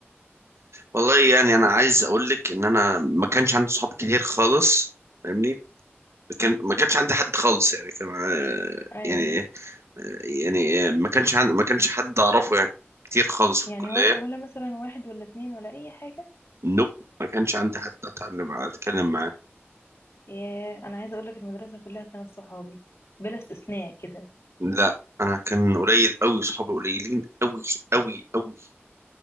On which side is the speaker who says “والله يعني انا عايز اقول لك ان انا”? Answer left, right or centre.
Right